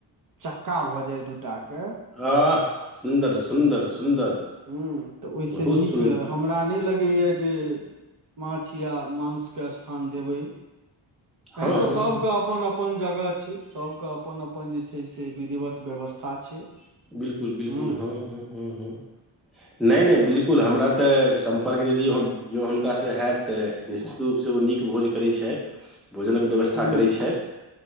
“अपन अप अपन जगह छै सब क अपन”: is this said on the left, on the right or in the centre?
Right